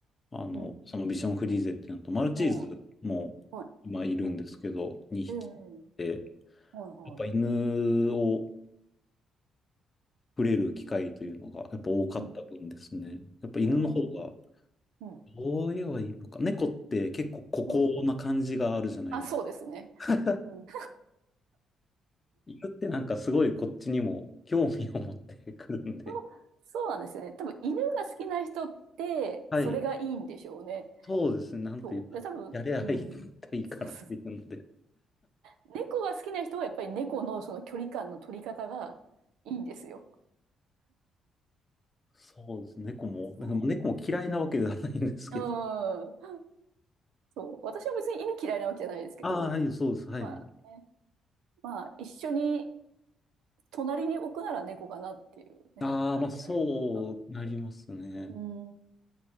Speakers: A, on the left; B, on the right.
A: あの、
B: うん。
A: そのビションフリーゼっていうのと、マルチーズも今いるんですけど、
B: うん。はい。うん。
A: 2匹で、
B: ええはいは
A: やっぱ犬を触れる機会というのがやっぱ多かった分ですね。
B: い。うん。
A: やっぱ犬の方が、
B: あーうん。
A: どう言えばいいのか。猫って結構孤高な感じがあるじゃないです
B: うん。あ、そうですね。
A: か。
B: うん。
A: 犬ってなんかすごいこっちにも興味を持ってくるんで、
B: そう、そうなんですよね。多分、犬が好きな人って、
A: はい、
B: それがいいんでしょうね。
A: そうですね、なんていうか、
B: そう。で、多分、
A: やればい
B: うん。
A: いからっていうので、
B: そうそう。猫が好きな人は、やっぱり猫のその距離感の取り方がいいんですよ。
A: そうですね、猫も、なんか猫も嫌いなわけではないんですけど、
B: そう。うん。そう。私は別に犬嫌いなわけじゃないですけど、
A: ああ、はい、そうです、はい。
B: まあね、まあ、一緒に隣に置くなら猫かなっていうね、
A: ああ、
B: 感じなんですね。
A: まあ、そうなりますね。
B: うん。うん。